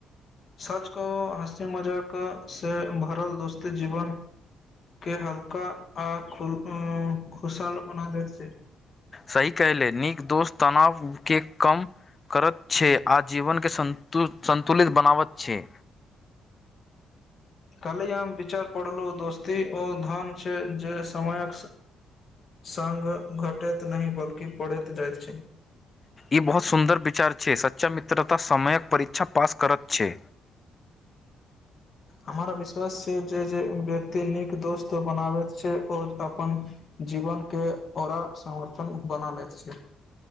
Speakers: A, on the left (about 50°); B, on the left (about 30°).
A: सच को हँसी मजाक से भरल दोस्ती जीवन के हल्का आ ख खुशहाल बना देते।
B: सही कह ले नीक दोस्त तनाव के कम। करत छै आ जीवन के संतु संतुलित बनावत छै।
A: काल्हि आ हम विचार पढ़लहुँ दोस्ती ओ धन छै जे समयक सङ्ग घटैत नहि बल्कि पढ़ैत जाइत छै।
B: ई बहुत सुन्दर विचार छै। सच चा मित्रता समयक परीक्षा पास करत छै।
A: हमरा विश्वास छै जे जे व्यक्ति नीक दोस्त बनाबैत छै आओर अपन जीवनके ओरा समर्पन बना लैत छै।